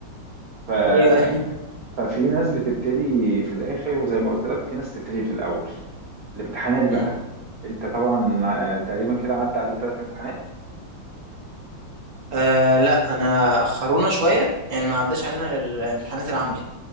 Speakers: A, on the right; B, on the right.
A: ف...
B: ايوه
A: ففي ناس بتبتدي في الآخر وزي ما قلت لك في ناس بتبتدي في الأول الامتحانات بقى
B: مم.
A: انت طبعا آه، تقريبا كده عدى عليك ثلاث امتحانات
B: آه لا انا اخرونا شويه يعني ما عداش علينا غير امتحانات العملي